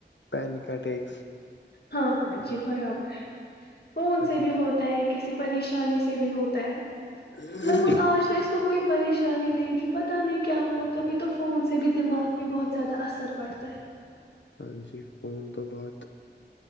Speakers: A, on the left; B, on the left.
A: پینیکا یکس
B: ہاں ہاں جی برابر ہے کون
A: اچھا
B: سے بھی ہوتا ہے کسی پریشانی سے بھی ہوتا ہے
A: ٹھیک
B: لگ بھگ آج تو اس کو کوئی پریشانی نہیں تھی پتہ نہیں کیا ہوا کبھی تو فون سے بھی دماغ پہ بہت زیادہ اثر پڑتا ہے
A: ہاں جی فون تو بہت